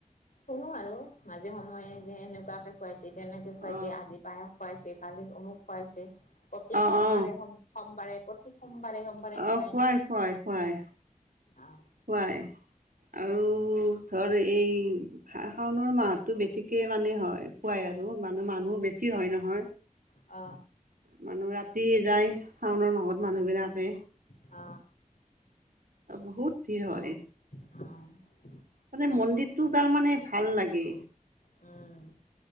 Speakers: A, on the left; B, on the right.
A: শুনো আৰু মাজে সময়ে যে এনেকুৱাকে খুৱাইছে তেনেকে খুৱাইছে
B: অ
A: আজি পায়খ খুৱাইছে কালি অমুক খুৱাইছে প্ৰতি
B: অ
A: সোমবাৰে
B: অ
A: সোমবাৰে সোমবাৰে প্ৰতি সোমবাৰে সোমবাৰে
B: অ
A: খুৱাই না
B: খুৱাই খুৱাই
A: আহ
B: খুৱাই আৰু ধৰ এই শাওণ মাহতটো বেছিকে মানে হয় খোৱাই আৰু মানে মানুহ বেছি হয় নহয়।
A: অ।
B: মানুহ ৰাতি যায় শাওনৰ মাহত মানুহ বিলাকে
A: আ।
B: আৰু বহুত ভিৰ হয়।
A: আঁহ।
B: মানে মন্দিৰটো তাৰমানে ভাল লাগে।
A: উম